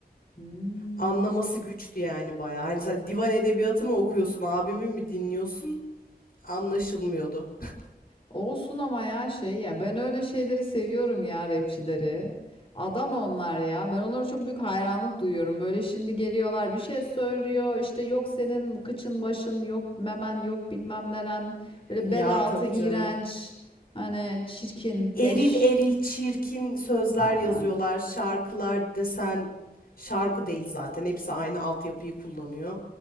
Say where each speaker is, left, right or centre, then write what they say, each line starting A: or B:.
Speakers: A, on the left; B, on the left.
A: Hmm.
B: Anlaması güçtü yani bayağı. Hani sen divan edebiyatı mı okuyorsun, abimi mi dinliyorsun? Anlaşılmıyordu. <laughs>
A: Olsun ama ya şey ya ben öyle şeyleri seviyorum ya rapçileri. Adam onlar ya. Ben onlara çok büyük hayranlık duyuyorum. Böyle şimdi geliyorlar bir şey söylüyor. işte yok senin kıçın başın yok memen yok bilmem neren. Böyle
B: Ya
A: bel altı
B: tabii
A: iğrenç.
B: canım.
A: Hani çirkin
B: Eril
A: leş.
B: eril çirkin sözler
A: Aynen.
B: yazıyorlar. Şarkılar desen şarkı değil zaten. Hepsi aynı altyapıyı kullanıyor.